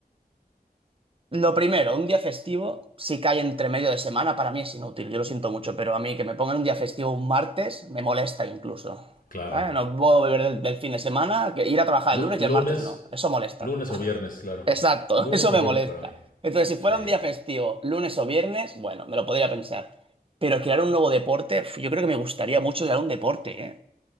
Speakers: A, on the right (about 35°); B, on the left (about 55°).
A: Lo primero, un día festivo, si cae entre medio de semana, para mí es inútil, yo lo siento mucho, pero a mí que me pongan un día festivo un martes me molesta incluso.
B: Claro.
A: ¿Vale? No puedo beber del, del fin de semana, que ir a trabajar
B: Lu-
A: el lunes
B: lunes,
A: y el martes no, eso molesta.
B: lunes
A: <laughs>
B: o viernes, claro.
A: Exacto,
B: Lunes
A: eso me
B: o viernes
A: molesta.
B: para mí.
A: Entonces, si fuera
B: Sí.
A: un día festivo, lunes o viernes, bueno, me lo podría pensar. Pero crear un nuevo deporte, uf, yo creo que me gustaría mucho crear un deporte, ¿eh?